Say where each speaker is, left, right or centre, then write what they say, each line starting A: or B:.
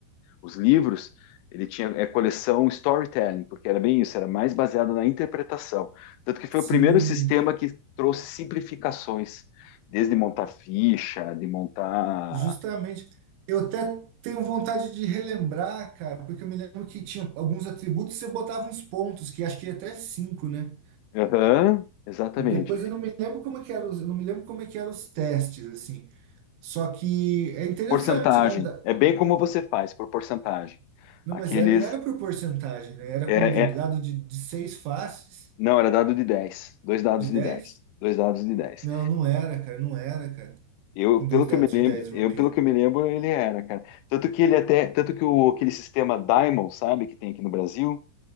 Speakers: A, on the left; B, on the right.
A: os livros, ele tinha é coleção storytelling, porque era bem isso, era mais baseado na interpretação. Tanto que foi
B: sim,
A: o primeiro sistema que trouxe simplificações, desde montar ficha, de montar.
B: justamente. Eu até tenho vontade de relembrar, cara, porque eu me lembro que tinha alguns atributos que você botava uns pontos, que acho que ia até cinco, né?
A: Aham, exatamente.
B: E depois eu não me lembro como é que eram os, eu não me lembro como é que eram os testes, assim. Só que é interessante,
A: Porcentagem.
B: né? Da-
A: É bem como você faz, por porcentagem.
B: Não,
A: Aqueles.
B: mas é, não era por porcentagem, né? Era
A: É,
B: com de- dado
A: é...
B: de, de seis faces,
A: Não, era dado de dez Dois dados
B: de
A: de
B: dez
A: dez Dois dados de dez
B: Não, não era, cara, não era, cara.
A: Eu,
B: Com
A: pelo
B: dois
A: que
B: dados
A: eu me lembro,
B: de 10 vampiro.
A: eu, pelo que eu me lembro, ele era, cara. Tanto que ele até, tanto que o, aquele sistema Diamond, sabe, que tem aqui no Brasil,